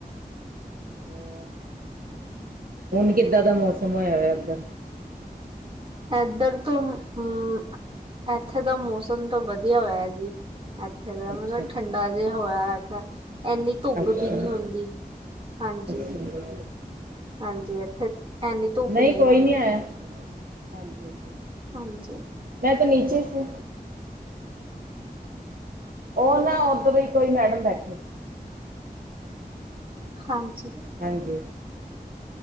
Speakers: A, on the right (about 65°); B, on the right (about 35°).
A: ਹੋਰ ਹੁਣ ਕਿੱਦਾਂ ਦਾ ਮੌਸਮ ਹੋਇਆ ਹੋ ਇੱਦਾਂ
B: ਇਏਧਰ ਤੋਂ ਹੁਮ ਇੱਥੇ ਦਾ ਮੌਸਮ ਤਾਂ ਵਧੀਆ ਹੋਇਆ ਜੀ ਇੱਥੇ ਦਾ
A: ਅੱਛਾ
B: ਮਤਲਬ
A: ਅੱਛਾ
B: ਠੰਡਾ ਜਿਹਾ ਹੋਇਆ ਇੰਨੀ ਧੁੱਪ
A: ਅੱਛਾ
B: ਵੀ ਨੀ ਹੁੰਦੀ ਹਾਂਜੀ
A: ਅੱਛਾ
B: ਹਾਂਜੀ ਇੱਥੇ ਐਨੀ ਧੁੱਪ
A: ਨਹੀਂ
B: ਨੀ
A: ਕੋਈ
B: ਹੈ
A: ਨਹੀਂ ਆਇਆ ਹਾਂਜੀ,
B: ਹਾਂਜੀ,
A: ਮੈਂ ਤਾਂ ਨੀਚੇ ਸੀ, ਉਹ ਨਾ ਉੱਧਰੋਂ ਹੀ ਕੋਈ ਮੈਡਮ ਬੈਠੇ ਸੀ।
B: ਹਾਂਜੀ,
A: ਹਾਂਜੀ,